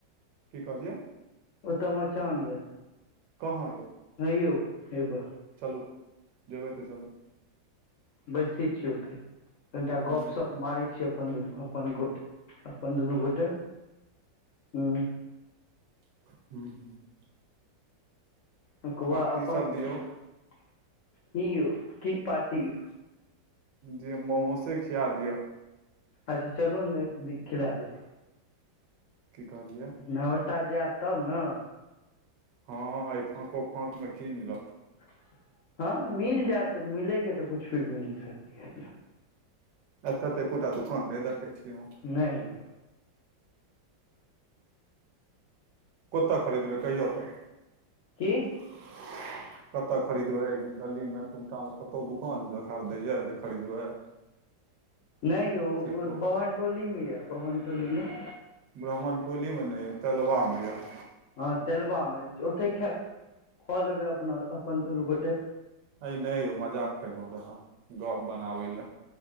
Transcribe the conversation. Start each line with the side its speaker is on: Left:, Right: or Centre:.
Right: की कहलियै
Left: ओ तऽ मचान यऽ
Right: कहाँ यौ
Left: हे यौ हेब
Right: चलू <inaudible> जेबै तऽ चलू
Left: बैसै छियै ओते <inaudible> कनिटा
Right: ह
Left: गपशप मारै छियै अपन दुनू अपन गोट अपन दुनू गोटे <inaudible> हू
Right: <unintelligible>
Left: <unintelligible>
Right: पार्टी सब दियौ <unintelligible> दिय मोमोसे खिया दिअ
Left: अच्छा चलू नै खिला देव
Right: की कहलियै
Left: नबहटा जायब तब न
Right: हँ एहि फाँको फाँक म की मिलत
Left: <inaudible> हँ मिल जायत मिले कऽ तऽ कुछु भी मिल सकै
Right: एतऽ तऽ एकोटा दुकान नै देखै छीयै हम
Left: नै यऽ
Right: कोतो खरीदबै कहियौ तऽ
Left: की
Right: <unintelligible> कतय खरीदबै गलीमे कन्टामे कतहु दुकान देखार दै यऽ जे खरीदबै <inaudible>
Left: नै यौ
Right: से
Left: बभनटोली
Right: कहू
Left: मे यऽ बभनटोली मे
Right: ब्राह्मण टोली मे नै यऽ तेलबा मे यऽ
Left: हँ तेलबा मे ओते खा <inaudible> ख लेबै अपना अपन दुनू गोटे
Right: हइ नै यौ मजाक कयलहुँ रह गप्प बनाबै लए